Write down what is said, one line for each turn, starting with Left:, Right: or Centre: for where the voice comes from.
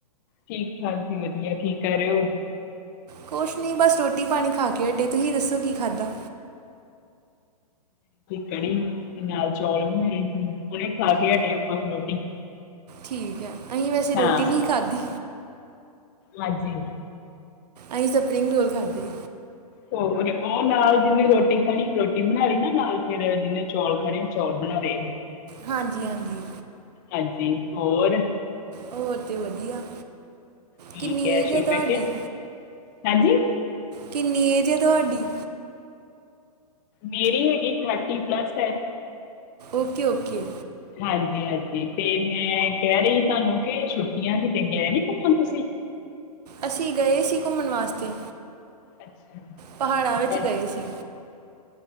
Left: ਠੀਕ- ਠਾਕ ਜੀ ਵਧੀਆ। ਕੀ ਕਰਹਿ ਰਹੇ ਹੋ?
Right: ਕੁਛ ਨਹੀਂ ਬਸ ਰੋਟੀ- ਪਾਣੀ ਖਾ ਕੇ ਅਟੇ। ਤੁਸੀਂ ਦੱਸੋ ਕੀ ਖਾਧਾ?
Left: ਕੜੀ ਤੇ ਨਾਲ ਚੌਲ ਬਣਾਏ ਸੀ ਹੋਣੇ ਖਾ ਕੇ ਹਟੇ ਆਪਾਂ ਵੀ ਰੋਟੀ।
Right: ਠੀਕ ਹੈ। ਅਸੀਂ ਵੈਸੇ
Left: ਹਾਂ,
Right: ਰੋਟੀ ਨਹੀਂ ਖਾਧੀ।
Left: ਹਾਂਜੀ।
Right: ਅਸੀਂ ਸਪਰਿੰਗ ਰੋਲ ਖਾਧੇ।
Left: ਹੋਰ ਉਹ ਨਾਲ ਜਿੰਨੀ ਰੋਟੀ ਖਾਣੀ ਰੋਟੀ ਬਣਾ ਲੀ। ਨਾਲ, ਫ਼ਿਰ ਜਿਨੇ ਚੌਲ ਖਾਣੇ ਚੌਲ ਬਣਾ ਲੇ।
Right: ਹਾਂਜੀ- ਹਾਂਜੀ।
Left: ਹਾਂਜੀ। ਹੋਰ।
Right: ਹੋਰ ਤੇ ਵਧੀਆ।
Left: ਠੀਕ
Right: ਕਿੰਨੀ
Left: ਹੈ।
Right: ਏਜ
Left: ਸ਼ੁਰ
Right: ਤੁਹਾਡੀ
Left: ਮੈ ਕੇ -ਹਾਂਜੀ।
Right: ਕਿੰਨੀ ਏਜ ਹੈ ਤੁਹਾਡੀ?
Left: ਮੇਰੀ ਹੈਗੀ ਥਰਟੀ ਪਲੱਸ ਐ।
Right: ਓਕੇ-ਓਕੇ।
Left: ਹਾਂਜੀ-ਹਾਂਜੀ ਤੇ ਮੈਂ ਕਹਿ ਰਹੀ ਤੁਹਾਨੂੰ ਕਿ ਛੁੱਟੀਆਂ ਕਿਤੇ ਗਏ ਨੀ ਘੁੰਮਣ ਤੁਸੀਂ।
Right: ਅਸੀਂ ਗਏ ਸੀ ਘੁੰਮਣ ਵਾਸਤੇ।
Left: ਅੱਛਾ।
Right: ਪਹਾੜਾਂ ਵਿੱਚ
Left: ਤੇ
Right: ਗਏ ਸੀ।